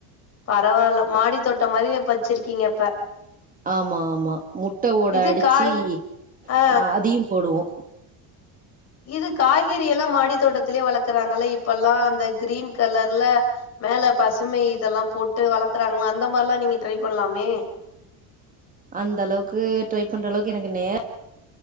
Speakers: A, on the left; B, on the right.
A: பரவாயில்ல மாடி தோட்ட மாரி வச்சிருக்கீங்கப்ப
B: ஆமா ஆமா முட்டை ஓட
A: இது
B: அடிச்சுஹ
A: காய் ஆ
B: அதையு போடுவோ
A: இது காய்கறி எல்லா மாடி தோட்டத்திலயே வளர்க்குறாங்கல்ல இப்ப எல்லா அந்த கிரீன் கலர்ல மேல பசுமை இதெல்லா போட்டு வளர்க்குறாங்கள அந்த மாரில்லா நீங்க ட்ரை பண்ணலாமே
B: அந்த அளவுக்கு ட்ரை பண்ற அளவுக்கு எனக்கு நேர